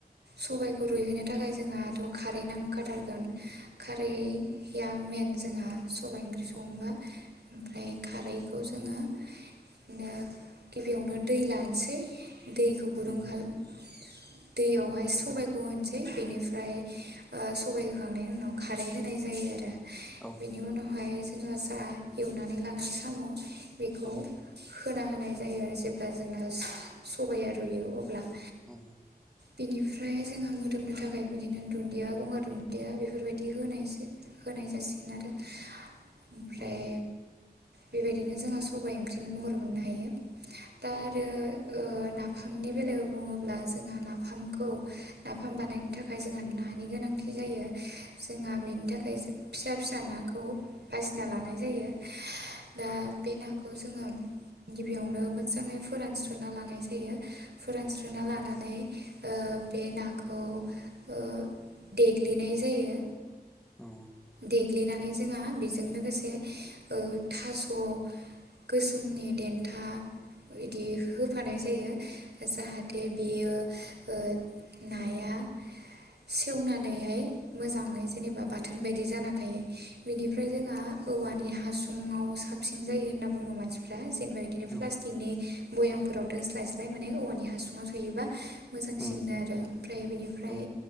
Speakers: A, on the right (about 80°); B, in the centre.
A: सबाइखौ रुइहोनो थाखाय जोंहाथ' खारै नांखाथारगोन। खारैया मेन जोंहा सबाइ ओंख्रि संबा
B: औ
A: ओमफ्राय खारैखौ जोङो ओ गिबियावनो दै लानोसै दैखौ गुदुं
B: उम
A: खालाम दैयावहाय सबायखौ होनोसै बेनिफ्राय ओ सबाय होखांनायनि उनाव खारै होनाय जायो आरो।
B: औ
A: बेनि उनावहाय जोङो जा एवनानै लानाय साम' बेखौ
B: औ
A: होना होनाय जायो आरो जेब्ला जोंना सबाया रुयो अब्ला
B: औ
A: बिनिफ्राय जोंहा मोदोमनो थाखाय बिदिनो दुन्दिया गंगार दुन्दिया बेफोरबायदि होनायसो। होनाय जासिगोन आरो ओमफ्राय
B: उम औ
A: बेबायदिनो जोंहा सबाइ ओंख्रि नि महर मोननो हायो दा आरो ओ नाफामनि बेलायाव बुङोब्ला जोंहा नाफामखौ नाफाम बानायनो थाखाय जोंहा नानि गोनांथि जायो जोंहा बेनि थाखाय फिसा फिसा नाखौ बासिना लानाय जायो दा बे नाखौ जोङो गिबियावनो मोजाङै फोरानस्रोना लानाय जायो। फोरानस्रोना लानानै ओ बे नाखौ ओ देग्लिनाय जायो।
B: औ
A: देग्लिनानै जोंहा बेजों लोगोसे ओ थास' गोसोमनि देन्था बिदि होफानाय जायो। जाहाथे बेयो ओ नाया सेवनानैहाय मोजाङै जेनेबा बाथ बाथोन बायदि जाना थायो बिनिफ्राय जोंहा औवानि हासुुंङाव साबसिन जायो होनना बुंङो मानसिफ्रा जेनेबा बिदिनो
B: औ
A: प्लास्टिकनि भयामफोराव दोनस्लायस्लाय माने औवानि हासुङांव सोयोबा मोजांसिन
B: उम
A: आरो ओमफ्राय बेनिफ्राय
B: औ